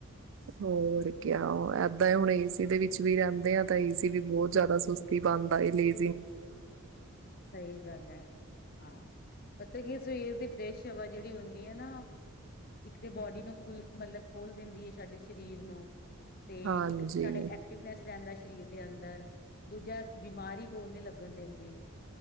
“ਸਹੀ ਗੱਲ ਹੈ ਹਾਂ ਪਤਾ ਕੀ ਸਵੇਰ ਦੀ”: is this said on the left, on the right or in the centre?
Left